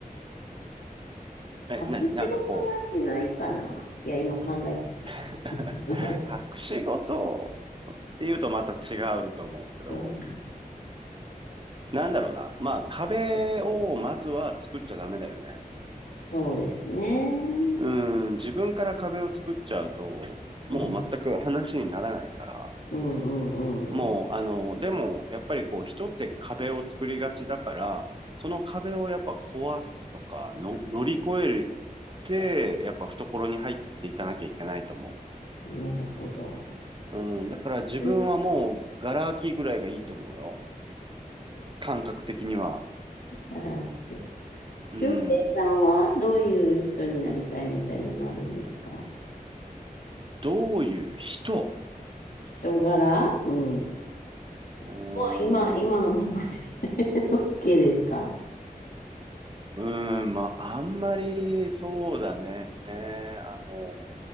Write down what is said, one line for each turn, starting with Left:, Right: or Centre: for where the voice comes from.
Right: え、
Left: 隠し事はしないかな。
Right: 何なんかこう、
Left: いや、今考えて
Right: <laughs>
Left: た。<laughs>
Right: 隠し事っていうとまた違うと思うけど、
Left: うん
Right: なんだろうな。まあ、壁をまずは作っちゃダメだよね。
Left: そうですね。
Right: うん。自分から壁を作っちゃうと、
Left: うん、
Right: もう全く話にならないから、
Left: うん、うん、うん、
Right: もう、
Left: うん。
Right: あの、でも、やっぱりこう、人って壁を作りがちだから、その壁をやっぱ壊すとか、の、乗り越えるって、やっぱ懐に入っていかなきゃいけないと思
Left: なるほど。
Right: う。うん、だから自分はもう、
Left: え <laughs>
Right: ガラ空きぐらいがいいと思うよ。感覚的には。
Left: からって。
Right: うん、
Left: 俊平さんはどういう人になりたいみたいなのあるんですか
Right: どういう人
Left: 人柄うん。も
Right: うーん、
Left: う今、今のままで
Right: う
Left: <laughs> OK ですか
Right: ーん、まあ、あんまり、そうだね。あの、